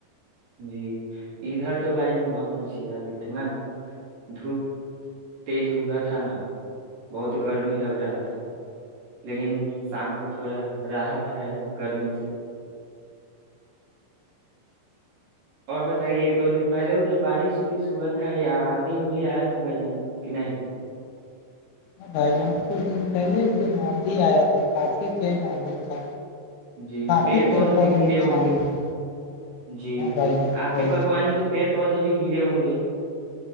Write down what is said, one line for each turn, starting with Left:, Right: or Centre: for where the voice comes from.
Right: جی ادھر تو بھائیین مت پوچھیے آج اتنا دھوپ تیز اگا تھا نا بہت گرمی لگ رہا تھا لیکن شام کو تھوڑا راحت ہے گرمی سے اور بتائیے ایک دو دن پہلے ادھر بارش وورش ہوا تھا یا آندھی اندھی آیا تھا بھائی جان کہ نہیں
Left: ہ بھائی جان کچھ دن پہلے ایک دن آندھی آیا تھا کافی تیز آندھی تھا
Right: جی
Left: کافی
Right: پیڑ پودے بھی گرے
Left: نقصان
Right: ہوں گے
Left: ہوئے۔
Right: جی
Left: ہاں بھائی جان
Right: آپ
Left: بہت
Right: کے باگوانی
Left: سارے
Right: کے پیڑ پودے بھی گیرے ہنے